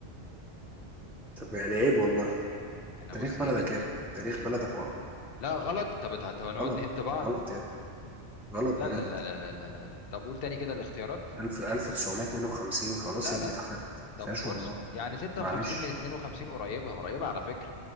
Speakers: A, in the centre; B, on the left.
A: طب يعني عيب والله
B: أنا
A: تاريخ
B: بص إيه
A: بلدك
B: بالميل
A: يا ابني تاريخ
B: بال...
A: بلدك والله
B: لا غلط طب هت- هنقعد
A: غلط
B: نهت بعض
A: غلط يا ابني غلط بجد
B: لا لا لا لا لا لا لا لا طب قول تاني كده الاختيارات
A: 1000
B: اديني
A: 1952
B: فرصة كمان
A: خلاص
B: لا
A: يا
B: لا
A: ابني اتحرقت
B: طب
A: ما فيهاش
B: فرصة
A: والله
B: يعني 56
A: معلش
B: من 52 قريبة قريبة على فكرة